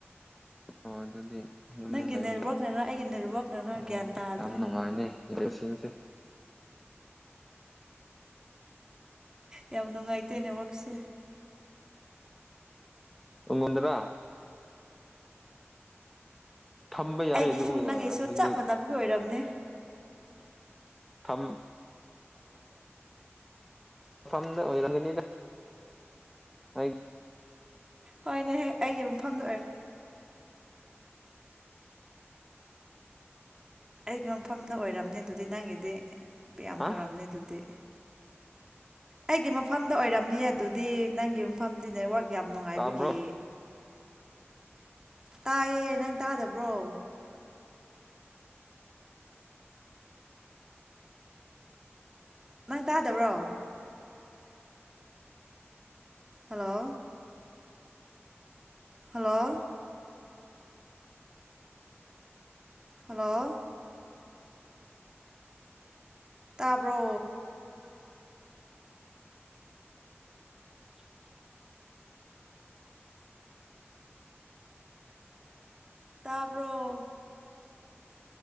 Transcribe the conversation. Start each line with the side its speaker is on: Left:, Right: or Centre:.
Centre: ꯍꯣꯏ ꯑꯗꯨꯗꯤ ꯌꯨꯝꯗ
Right: ꯅꯪꯒꯤ
Centre: ꯂꯩꯕꯗꯤ
Right: ꯅꯦꯠꯋꯥꯛꯅꯔ ꯑꯩꯒꯤ ꯅꯦꯠꯋꯥꯛꯅꯔ ꯒ꯭ꯌꯥꯟ
Centre: ꯑꯣ
Right: ꯇꯥꯗ꯭ꯔꯦ
Centre: ꯌꯥꯝ ꯅꯨꯡꯉꯥꯏꯅꯤ ꯂꯣꯏꯁꯤꯟꯁꯤ
Right: ꯌꯥꯝ ꯅꯨꯡꯉꯥꯏꯇꯦ ꯅꯋꯛꯁꯦ
Centre: ꯎꯣꯗꯔ ꯊꯝꯕ ꯌꯥꯔꯦ
Right: ꯑꯩꯒꯤꯁꯨ
Centre: ꯑꯗꯨꯕꯨ
Right: ꯅꯪꯒꯤꯁꯨ
Centre: ꯍꯧꯖꯤꯛ
Right: ꯆꯞ ꯃꯥꯟꯅꯕ ꯑꯣꯏꯔꯝꯅꯤ
Centre: ꯐꯝ ꯐꯝ ꯑꯣꯏꯔꯅꯤ ꯑ
Right: ꯍꯣꯏꯅꯦ ꯑꯩꯒꯤ ꯃꯐꯝꯗ ꯑꯣꯏꯔꯦ ꯑꯩꯒꯤ ꯃꯐꯝꯗ ꯑꯣꯏꯔꯝꯅꯦ ꯑꯗꯨꯗꯤ ꯅꯪꯒꯤꯗꯤ ꯌꯥꯝ ꯌꯥꯝ
Centre: ꯍꯥ
Right: ꯐꯔꯝꯅꯤ ꯑꯗꯨꯗꯤ ꯑꯩꯒꯤ ꯃꯐꯝꯗ ꯑꯣꯏꯔꯝꯅꯤ ꯑꯗꯨꯗꯤ ꯅꯪꯒꯤ ꯃꯐꯝꯗꯤꯅꯦꯋ ꯌꯥꯝ ꯅꯨꯡꯉꯥꯏꯕꯒꯤ
Centre: ꯇꯥꯕ꯭ꯔꯣ
Right: ꯇꯥꯏꯌꯦ ꯅꯪ ꯇꯥꯗꯕ꯭ꯔꯣ ꯅꯪ ꯇꯥꯗꯕ꯭ꯔꯣ ꯍꯜꯂꯣ ꯍꯜꯂꯣ ꯍꯜꯂꯣ ꯇꯥꯕ꯭ꯔꯣ ꯇꯥꯔꯕꯣ